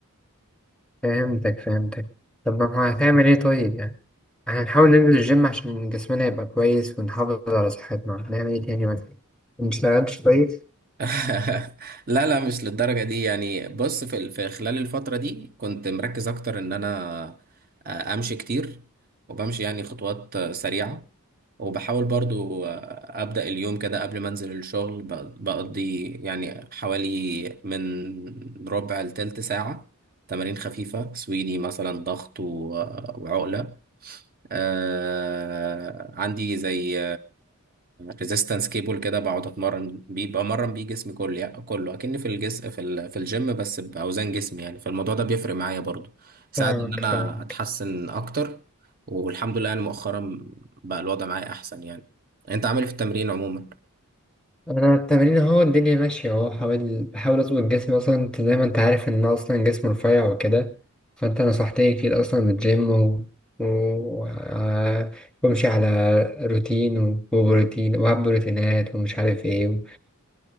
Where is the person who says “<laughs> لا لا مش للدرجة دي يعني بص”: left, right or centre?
Right